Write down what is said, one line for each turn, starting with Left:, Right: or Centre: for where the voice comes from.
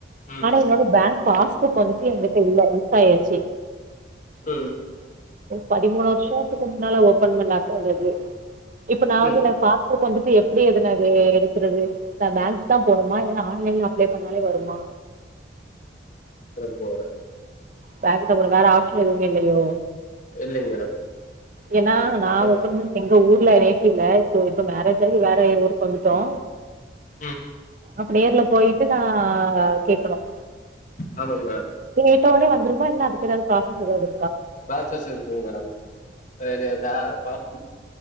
Left: ம்
Right: ஆனா என்னோட பேங்க் பாஸ்புக் வந்துட்டு எங்கிட்ட இல்ல மிஸ்சாயிருச்சு
Left: ம்
Right: பதிமூணு வருஷத்துக்கு
Left: ம்
Right: முன்னால ஒ ஓப்பன் பண்ண அக்கவுண்டது இப்ப நான் வந்து
Left: ம்
Right: எனக்கு பாஸ்புக் வந்துட்டு எப்படி எதுன அது எடுக்கிறது நா பேங்க் தான் போனுமா இல்லனா ஆன்லைன்ல அப்லே பண்ணாலே வருமா
Left: போற
Right: பேங்க் த போனும் வேற ஆப்ஷன் எதுவுமே இல்லியோ
Left: இல்லைங்க மேடம்
Right: ஏன்னா நான்
Left: ஆ
Right: ஒப்பன் எங்க ஊர்ல இல்ல இப்ப மேரேஜ் ஆகி வேற ஊருக்கு வந்துட்டோம்
Left: ம்
Right: அப்ப நேர்ல போயிட்டு நா கேட்கணும்
Left: ஆமாங்க மேடம்
Right: நீங்க டொனே வந் சும்மா இன அதுக்கு எதது பாக்க கூடாது
Left: ப்ராசஸ் இருக்குங்க மேடம் <unintelligible> பாஸ்புக்